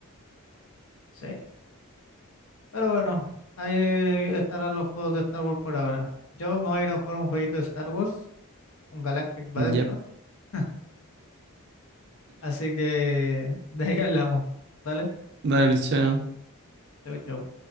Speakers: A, on the left (about 65°); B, on the right (about 50°).
A: Sí. Pero bueno, ahí estarán los juegos de Star Wars por ahora. Yo me voy a ir a jugar un jueguito de Star Wars, un Galactic Battlefront.
B: Yep.
A: <laughs> Así que de ahí hablamos. Dale,
B: Dale, chao.
A: chau, chau.